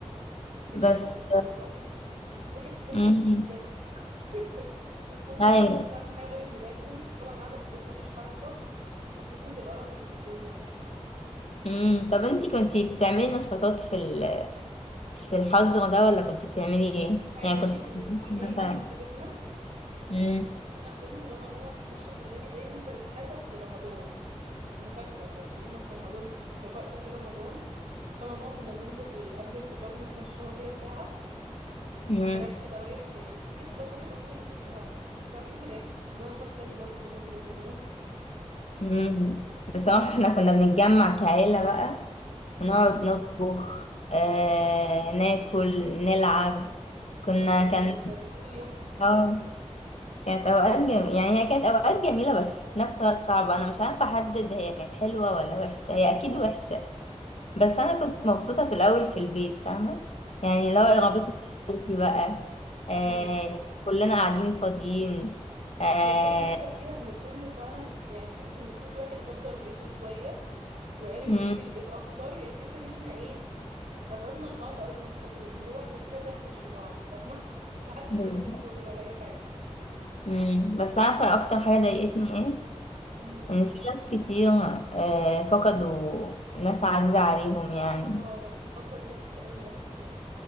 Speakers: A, on the right; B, on the left.
A: بس يا شيخة
B: بس
A: كانت والله في الواحد تخن
B: امم
A: جدا <laughs> في الفترة
B: ايوه
A: دي ما كنتش بعمل حاجة غير اني باكل وطبعا قاعدة في البيت ما فيش حركة فقمة القرف اللي في الدنيا يعني
B: امم طب انتي كنتي بتعملي نشاطات في ال... في الحظر ده ولا كنتي بتعملي ايه
A: عايزة
B: يعني
A: اقول
B: كنت
A: لك ان
B: بتدرسي
A: في نادي
B: مثلا
A: تحت بيتنا
B: امم
A: كنا بننزل انا وماما نتمشى في النادي دايما كان ساعتها في رمضان انا فاكرة كانت كورونا في رمضان في وقت في رمضان فانا وماما كنا بننزل قبل الفطار نتمشى انا وهي ساعة
B: امم
A: تراك كده رايح جاي دي كانت النشاط الوحيد اللي كنت بعمله واكيد بناكل ده نشاط تاني برضو مهم لازم نقوله
B: امم بصراحة احنا كنا بنتجمع كعيلة بقى ونقعد
A: امم
B: نطبخ آه... ناكل نلعب كنا
A: ده فاكره
B: كان
A: ان كان كل يوم كيك
B: اه
A: تقريبا
B: كانت اوقات جميلة يعني هي كانت اوقات جميلة بس في نفس الوقت صعبة انا مش عارفة احدد هي كانت حلوة ولا وحشة هي اكيد وحشة بس انا كنت مبسوطه في الاول في البيت فاهمه يعني لو
A: فاهمك
B: قربتني عيلتي بقى آه
A: امم
B: كلنا قاعدين فاضيين آه
A: هي دي احلى حاجه فيها ان كله فعلا يعني تحس ان كل واحد قدر بيته شويه وعرف
B: مم،
A: قيمه البيت اكتر يعني تحس ان احنا ايه قربنا لبعض قوي في الفتره دي اللي هو احنا كده كده في وش بعض فاهمه <laughs> لا حدش
B: بالظبط
A: بينزل شغل ولا اي حاجه
B: مم. بس عارفه اكتر حاجه ضايقتني ايه
A: امم
B: ان في ناس كتير آه فقدوا ناس عزيزه عليهم يعني
A: اه في الفتره دي ناس كتير قوي ماتت بجد